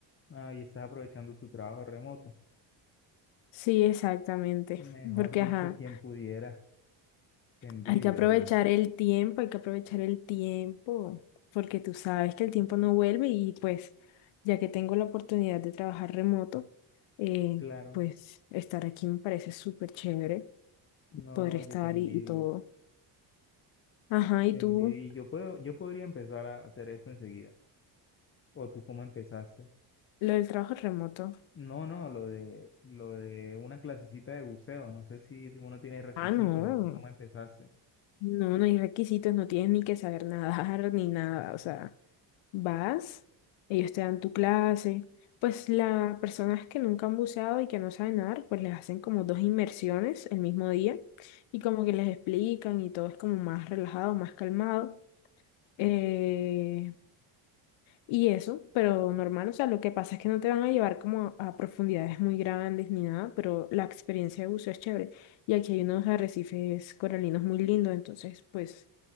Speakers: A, on the left; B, on the left.
A: Ah, y estás aprovechando tu trabajo remoto.
B: sí, exactamente,
A: Mejor
B: porque
A: dicho,
B: ajá,
A: quien pudiera, te envidio,
B: hay que aprovechar
A: oye.
B: el tiempo, hay que aprovechar el tiempo, porque tú sabes que el tiempo no vuelve y pues ya que tengo la oportunidad de trabajar remoto, eh,
A: Claro.
B: pues estar aquí me parece súper chévere,
A: No,
B: poder estar
A: yo te envidio,
B: y y todo. Ajá, ¿y
A: te
B: tú?
A: envidio. Y yo puedo, yo podría empezar a hacer esto enseguida. ¿O tú cómo empezaste?
B: Lo del trabajo remoto.
A: No, no, lo de, lo de una clasecita de buceo. No sé si uno tiene requisitos
B: Ah, no.
A: o tú cómo empezaste.
B: No, no hay requisitos, no tienes ni que saber <laughs> nadar ni nada. O sea, vas, ellos te dan tu clase. Pues las personas que nunca han buceado y que no saben nadar, pues les hacen como dos inmersiones el mismo día y como que les explican y todo es como más relajado, más calmado. Eh, Y eso, pero normal, o sea, lo que pasa es que no te van a llevar como a, a profundidades muy grandes ni nada, pero la experiencia de buceo es chévere. Y aquí hay unos arrecifes coralinos muy lindos, entonces pues